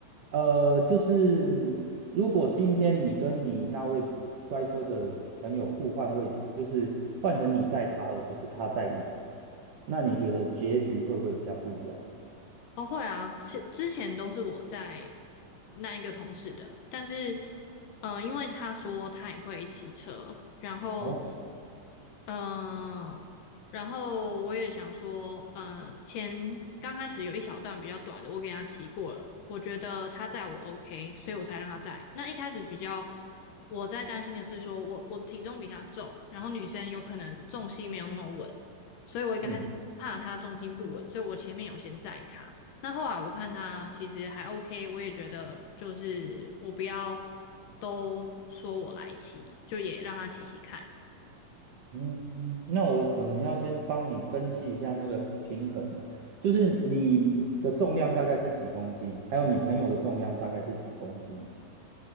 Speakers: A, on the right (about 80°); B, on the left (about 75°).
A: 呃，就是如果今天你跟你那位摔车的朋友互换位置，就是换成你载他，而不是他载你，那你觉得结局会不会比较不一样？
B: 哦，会啊，之之前都是我在那一个同事的，但是，嗯、呃因为他说他也会骑车，然后
A: 哦，
B: 嗯，然后我也想说，呃，前刚开始有一小段比较短的，我给他骑过了，我觉得他载我 OK，所以我才让他载。那一开始比较我在担心的是说我我体重比他重，然后女生有可能重心没有那么稳，所以我一开始怕他重心不稳，
A: 嗯
B: 所以我前面有先载他。那后来我看他其实还 OK，我也觉得就是我不要都说我来骑，就也让他骑骑看。
A: 嗯，那我可能要先帮你分析一下那个平衡啊，就是你的重量大概是几公斤，还有你朋友的重量大概是几公斤。